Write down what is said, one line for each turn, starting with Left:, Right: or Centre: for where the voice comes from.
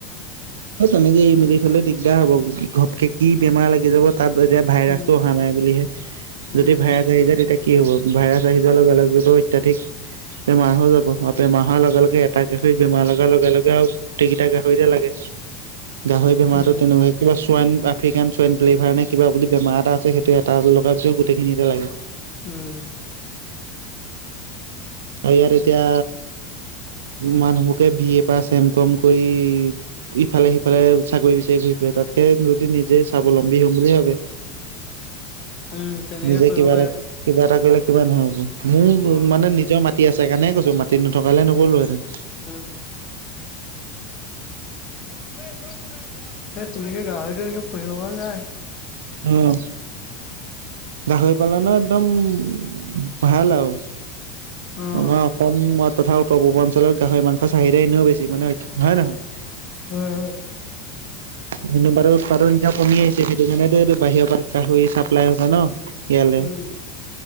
Right: অহ, তেনেকে এৰি মেলি থলে দিগদাৰ হ'ব, ঘপকে কি বেমাৰ লাগি যাব। তাত এতিয়া ভাইৰাছটো
Left: উম
Right: অহা নাই বুলিহে,
Left: উম
Right: যদি ভাইৰাছ আহি যায় তেতিয়া কি হ'ব? ভাইৰাছ আহি যোৱাৰ লগে লগেতো অত্যাধিক বেমাৰ হৈ যাব আৰু বেমাৰ হোৱাৰ লগে লগে এটা গাহৰিত বেমাৰ লগাৰ লগে লগে আৰু গোটেইকেইটা গাহৰিতে লাগে, গাহৰি বেমাৰতো
Left: উম
Right: তেনেকুৱা কিবা চোৱাইন আফ্ৰিকান ছোৱাইন ফ্লেভাৰ নে, কিবা বুলি বেমাৰ এ আছে, সেইটো এটা লগাৰ পিছত গোটেইখিনিতে লাগে।
Left: উম।
Right: আৰু ইয়াত এতিয়া, মানুহবোকে বি এ পাছ এম কম কৰি ইফালে সিফালে চাকৰি বিচাৰি ঘূৰি ফুৰে তাতকে যদি নিজে স্বাৱলম্বী হ'ম বুলি ভাবে।
Left: উম তেনেকে
Right: নিজে
Left: কৰিব
Right: কিবা
Left: পাৰে
Right: এটা কিবা এটা কৰিলে কিবা নো হ'ব। মোৰ
Left: অ উম,
Right: মানে নিজৰ মাটি আছে কাৰণে কৈছোঁ মা মাটি নথকা হ'লে নগলো হেতেন।
Left: উম। এ। <unintelligible> এ তেনেকে গাহৰিতো এনেকে পুহিব পৰা যায়।
Right: উম, গাহৰি পালন ন' একদম ভাল আৰু।
Left: অ',
Right: আমাৰ অসম তথা উত্তৰ পূৰ্বাঞ্চলৰ গাহৰি মাংস চাহিদা এনেও বেছি মানে। <unintelligible>
Left: হয়, হয়!
Right: <unintelligible> উৎপাদন এতিয়া কমি আহিছে সেইটো কাৰণেতো এতিয়া বাহিৰৰ পৰা গাহৰি ছাপ্লাই আহা হৈছে ন'। ইয়ালে।
Left: উম,